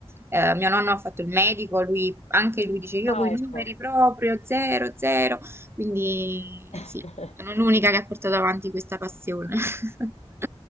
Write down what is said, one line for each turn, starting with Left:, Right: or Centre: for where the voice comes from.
Right: Eh, mio nonno ha fatto il medico, lui, anche lui dice io
Left: Ah,
Right: con i
Left: ecco.
Right: numeri proprio, zero, zero, quindi
Left: <laughs>
Right: sì, sono l'unica che ha portato avanti questa passione. <laughs>